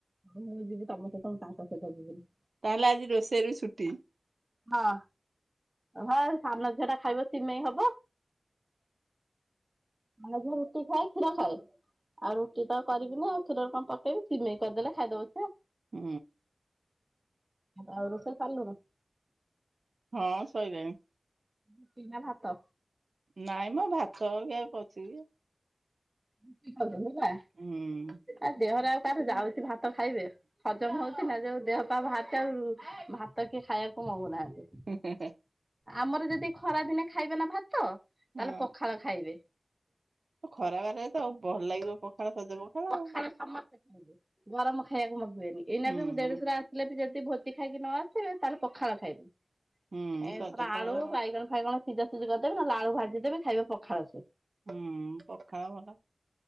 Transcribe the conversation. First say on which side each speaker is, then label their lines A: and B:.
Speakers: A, on the right (about 20°); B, on the right (about 80°).
A: ମୁଁ ଯିବି ତମ ସହିତ ମୁଁ ତାଙ୍କ ସହିତ ଯିବିନି।
B: ତାହେଲେ ଆଜି ରୋଷେଇରୁ ଛୁଟି
A: ହଁ। ହଁ ସାନ ଝିଅଟା ଖାଇବ ସିମେଇ ହବ। ସାନ ଝିଅ ରୁଟି ଖାଏ କ୍ଷୀର ଖାଏ। ଆଉ ରୁଟି ତ କରିବିନି ଆଉ କ୍ଷୀର ରେ କଣ କରିଦେବି ସିମେଇ କରିଦେଲେ ଖାଇଦବ ସିଏ।
B: ହୁଁ।
A: ଆଉ ରୋଷେଇ ସରିଲୁନୁ?
B: ହଁ ସରିଲାଣି।
A: ରୁଟି ନା ଭାତ?
B: ନାଇଁମ ଭାତ କିଏ ଆଉ କରୁଛି ଯେ।
A: ରୁଟି ଖାଉଚ ହେଲା।
B: ହୁଁ।
A: ଆ ଦେହରେ ଆଉ କାହାର ଯାଉଛି ଭାତ ଖାଇବେ ହଜମ ହଉଛି ନା ଯୋଉ ଦେହ ପା ବା ସେଉ ଭାତ କିଏ ଖାଇବାକୁ ମଗୁନାହାନ୍ତି।
B: ହେଁ ହେଁ।
A: ଆମର ଯଦି ଖରା ଦିନେ ଖାଇବେ ନା ଭାତ ତାହେଲେ
B: ହଁ
A: ପଖାଳ ଖାଇବେ।
B: ଖରା ବାରରେ ତ ଆଉ ଭଲ ଲାଗିବ ପଖାଳ ସଜ ପଖାଳ।
A: ପଖାଳ
B: ଆଉ
A: ସମସ୍ତେ ଖାଇବେ ଗରମ ଖାଇବାକୁ ମଗିବେନି ଏଇନା
B: ହୁଁ।
A: ବି ମୋ ଦେଢଶୁର ସ ହେଲେ ବି ଯଦି ଭୋଜି ଖାଇକି ନ ଆସିଥିବେ ତାହେଲେ ପଖାଳ ଖାଇବେ
B: ହୁଁ
A: ଏଥର
B: ସଜ ପଖାଳ
A: ଆଳୁ, ବାଇଗଣ ବାଇଗଣ କଣ ସିଝା ସିଝି କରିଦେବି ନ ହେଲେ ଆଳୁ ଭାଜି ଦେବି ଖାଇବେ ପଖାଳ ସବୁ।
B: ହୁଁ ପଖାଳ ଭଲ।